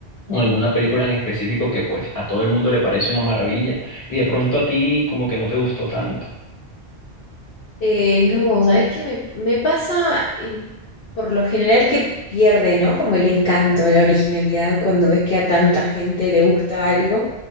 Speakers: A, on the left; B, on the left.
A: en alguna película en específico que pues a todo el mundo le parece una maravilla y de pronto a ti como que no te gustó tanto.
B: Eh, no, sabes que me, me pasa eh, por lo general que pierde, ¿no? Como el encanto, la originalidad cuando ves que a tanta gente le gusta algo,